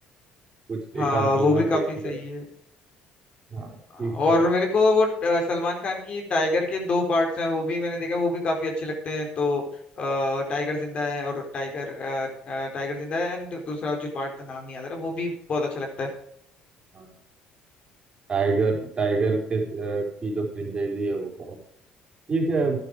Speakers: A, on the right (about 30°); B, on the left (about 40°).
A: कुछ
B: हाँ
A: एक आध
B: वो
A: दो बार
B: भी काफी
A: देख ली
B: सही
A: जा सकती
B: है
A: है हाँ ठीक
B: और
A: है
B: मेरे को वो अ, सलमान खान की टाइगर के दो पार्ट्स हैं वो भी मैंने देखा वो भी काफी अच्छे लगते हैं तो अ, टाइगर जिंदा है और टाइगर अ, अ, टाइगर जिंदा है एंड दूसरा जो पार्ट का नाम नहीं याद आ रहा वो भी बहुत अच्छा लगता है
A: हाँ, टाइगर टाइगर के अ, की जो फ्रेंचाइजी है वो बहुत ठीक है